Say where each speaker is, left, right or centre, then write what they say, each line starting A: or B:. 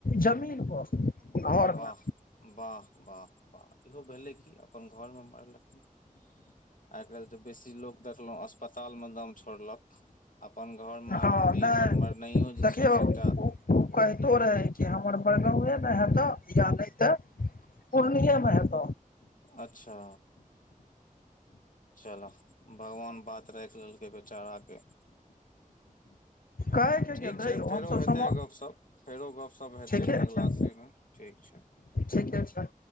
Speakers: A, on the left (about 80°); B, on the left (about 70°).
A: जमीन पर घरमे
B: वाह वाह वाह वाह इहो भेलै कि अब अपन घरमे मरलखिन <inaudible> आए काइल तऽ बेसी लोक देखलहुँ अस्पतालमे दाम छोड़लक अपन घरमे
A: हँ
B: अपन डीह
A: नहि
B: पर मरनाइयो जे
A: देखियौ
B: छै से
A: ओ
B: एकटा
A: ओ कहितो रहय कि हमर मर गााँवए ने हेतह या नय तऽ पूर्णिया मे हेत
B: अच्छा चल भगवान बात राख लेलकै बेचारा के
A: कहै के
B: ठीक
A: गेल रहियौ
B: छै फेरो
A: हमसब
B: हेतै
A: सम
B: गपशप फेरो गपशप हेतै
A: ठीके
B: अगिला
A: छै
B: सी में ठीक छै
A: ठीके छै